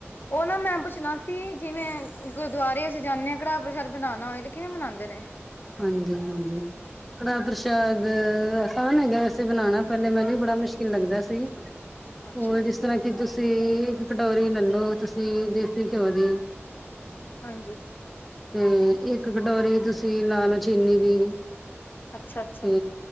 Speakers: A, on the left (about 45°); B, in the centre.
A: ਉਹ ਨਾ ਮੈ ਪੁੱਛਣਾ ਸੀ ਜਿਵੇਂ ਗੁਰਦੁਆਰੇ ਅਸੀਂ ਜਾਂਦੇ ਹਾਂ, ਕੜਾਹ ਪ੍ਰਸ਼ਾਦ ਬਨਾਉਣਾ ਹੋਏ ਤੇ ਕਿਵੇਂ ਬਣਾਉਂਦੇ? ਨੇ?
B: ਹਾਂਜੀ -ਹਾਂਜੀ, ਕੜਾਹ ਪ੍ਰਸ਼ਾਦ ਆਸਾਨ ਹੈਗਾ ਵੈਸੇ ਬਣਾਉਣਾ, ਪਹਿਲੇ ਮੈਨੂੰ ਵੀ ਬੜਾ ਮੁਸ਼ਕਿਲ ਲੱਗਦਾ ਸੀ।
A: ਅੱਛਾ
B: ਉਹ ਜਿਸ ਤਰਾ ਕਿ ਤੁਸੀਂ ਕਟੋਰੀ ਲੈਲੋ ਤੁਸੀਂ ਦੇਸੀ ਘਿਉ ਦੀ
A: ਹਾਂਜੀ।
B: ਤੇ ਇੱਕ ਕਟੋਰੀ ਤੁਸੀਂ ਲਾ ਲਓ ਚੀਨੀ ਦੀ
A: ਅੱਛਾ-ਅੱਛਾ।
B: ਤੇ